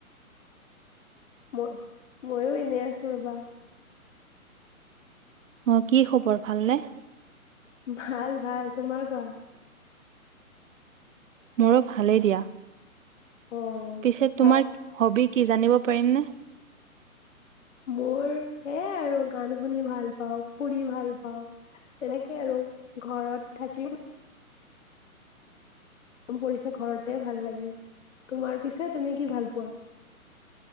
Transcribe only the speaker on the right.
অ', কি খবৰ ভালনে?
মোৰো ভালেই দিয়া।
পিছে তোমাৰ
হবি কি জানিব পাৰিমনে?